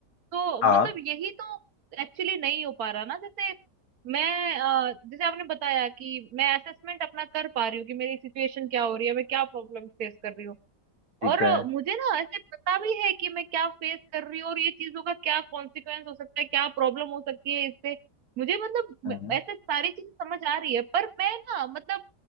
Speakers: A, on the right; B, on the left.
A: तो
B: हाँ
A: मतलब यही तो एक्चुअली नहीं हो पा रहा ना जैसे मैं अ, जैसे आपने बताया कि मैं असेसमेंट अपना कर पा रही हूँ कि मेरी सिचुएशन क्या हो रही है मैं क्या प्रॉब्लम फेस कर रही हूँ
B: ठीक
A: और
B: है
A: मुझे ना ऐसे पता भी है कि मैं क्या फेस कर रही हूँ और ये चीजों का क्या कॉन्सिक्वेंस हो सकता है क्या प्रॉब्लम हो सकती है इससे मुझे मतलब
B: हम्म,
A: म- ऐसे सारी चीजें समझ आ रही है पर मैं ना मतलब